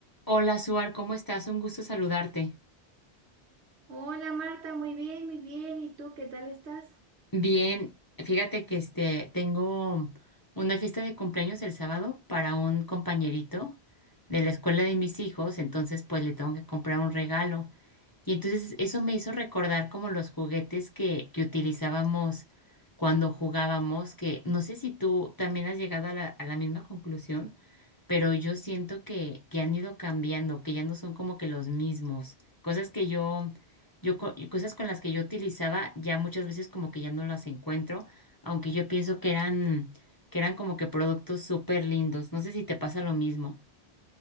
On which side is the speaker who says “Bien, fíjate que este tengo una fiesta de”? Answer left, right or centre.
Left